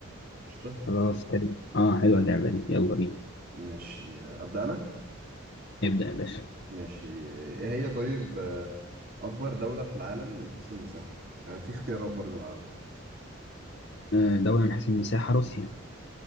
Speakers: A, on the right; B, on the left.
A: قشطه
B: خلاص حلو اه حلوة اللعبة دي يلا بينا
A: ماشي ابدا انا
B: نبدأ يا باشا
A: ماشي ايه هي طيب اكبر دوله في العالم من حيث المساحه آه، في اختيارات برضو لو عاوز
B: آه، دولة من حيث المساحة روسيا